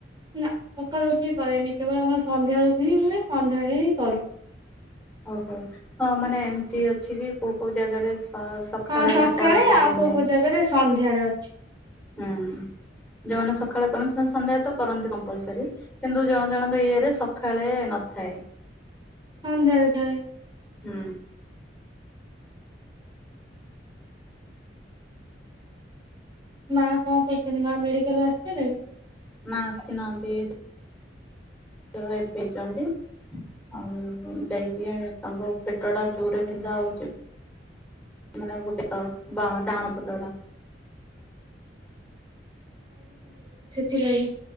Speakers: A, on the right; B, in the centre.
A: ନା ସକାଳୁ ଉଠି କରେନି କେବଳ ଆମର ସନ୍ଧ୍ୟାବେଳକୁ ହିଁ ହୁଏ ସନ୍ଧ୍ୟାରେ ହିଁ କରୁ।
B: ଓହୋ ହଁ ମାନେ ଏମିତି ଅଛି କି କୋଉ କୋଉ ଜାଗାରେ ସ
A: ହଁ
B: ହେଲା
A: ସକାଳେ
B: କରନ୍ତିନି।
A: ଆଉ କୋଉ କୋଉ ଜାଗାରେ ସନ୍ଧ୍ୟାରେ ଅଛି।
B: ହୁଁ ଯେଉଁମାନେ ସକାଳେ କରନ୍ତି ସେମାନେ ସନ୍ଧ୍ୟା ତ କରନ୍ତି କମ୍ପଲସରୀ। କିନ୍ତୁ ଜଣ ଜଣଙ୍କ ଇଏ ରେ ସଖାଳେ ନଥାଏ।
A: ସନ୍ଧ୍ୟାରେ ଥାଏ।
B: ହୁଁ।
A: ମା କଣ କରୁଚନ୍ତି ମା ମେଡିକାଲରୁୁ ଆସିସାଲେଣି।
B: ମା ଆସି ନାହାନ୍ତି। ତ ଏତେଇଚନ୍ତି। ଆଉ ଦେଇକି ତାଙ୍କୁ ପେଟ ଟା ଜୋରେ ବିନ୍ଧା ହଉଚି। ମାନେ ଗୋଟେ ଟ ବାଁ ଡାହାଣ ପଟରା।
A: ବିରିଆନି।